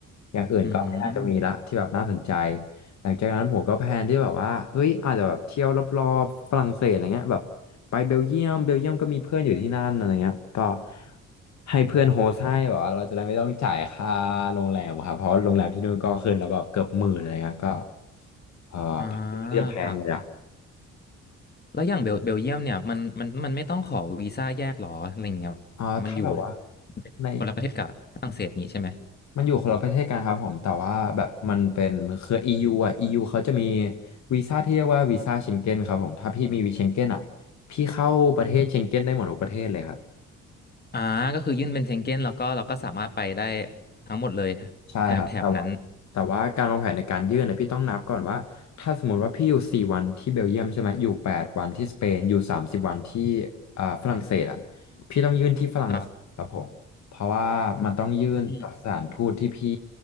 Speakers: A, on the left (about 65°); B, on the left (about 35°).
A: อย่างอื่นก็ไม่น่าจะมีละที่แบบน่าสนใจ
B: อืม
A: หลังจากนั้นผมก็แพลนที่แบบว่าเฮ้ยอาจจะแบบเที่ยวรอบๆฝรั่งเศสอะไรเงี้ยแบบไปเบลเยียมเบลเยียมก็มีเพื่อนอยู่ที่นั่นอะไรเงี้ยก็ให้เพื่อนโฮสต์ให้แบบว่าเราจะได้ไม่ต้องจ่ายค่าโรงแรมครับเพราะว่าโรงแรมที่นู่นก็ขึ้นแล้วแบบเกือบหมื่นอะไรเงี้ยก็เออ
B: อ่า
A: เรียกแพงเลยอะ
B: ครับ แล้วอย่างเบลเบลเยียมเนี่ยมันมันมันไม่ต้องขอวีซ่าแยกหรออะไรเงี้ย
A: อ่าถ้าแบบว่า
B: มันอยู่
A: ใน
B: คนละประเทศกับฝรั่งเศสนี่ใช่ไหม
A: มันอยู่คนละประเทศกันครับผม แต่ว่าแบบมันเป็นเครือ EU อ่ะ EU เขาจะมีวีซ่าที่เรียกว่าวีซ่าเชงเก้นครับผม ถ้าพี่มีวีเชงเก้นอ่ะ พี่เข้าประเทศเชงเก้นได้หมดทุกประเทศเลยครับ
B: อ่าก็คือยื่นเป็นเชงเก้นแล้วก็เราก็สามารถไปได้ทั้งหมดเลย
A: ใช่ครับ
B: แถบแถบนั้น
A: แต่ว่าแต่ว่าการวางแผนในการยื่นเนี่ยพี่ต้องนับก่อนว่าถ้าสมมติว่าพี่อยู่สี่วันที่เบลเยียมใช่ไหมอยู่แปดวันที่สเปนอยู่สามสิบวันที่อ่าฝรั่งเศสอ่ะพี่ต้องยื่นที่ฝรั่งเศสครับผมเพราะว่ามันต้องยื่นกับสถานทูตที่พี่
B: ครับอืม